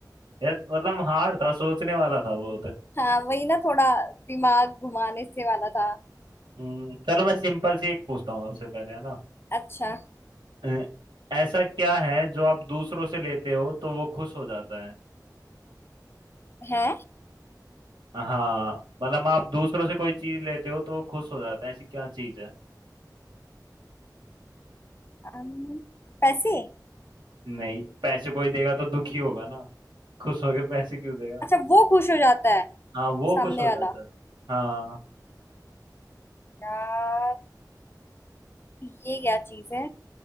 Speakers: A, on the right; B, on the left.
A: यार मतलब हार्ड था सोचने वाला था वो तो
B: हाँ वही ना थोड़ा दिमाग घुमाने से वाला था
A: हम्म, चलो मैं सिंपल सी एक पूछता हूँ आपसे पहले है ना
B: अच्छा
A: अ, ऐसा क्या है जो आप दूसरों से लेते हो तो वो खुश हो जाता है
B: है
A: हाँ मतलब आप दूसरों से कोई चीज लेते हो तो वो खुश हो जाता है ऐसी क्या चीज है
B: अम, पैसे
A: नहीं पैसे कोई देगा तो दुखी होगा ना खुश होके पैसे क्यों देगा
B: अच्छा वो खुश हो जाता है
A: हाँ वो
B: सामने
A: खुश हो जाता
B: वाला
A: है हाँ
B: यार ये क्या चीज है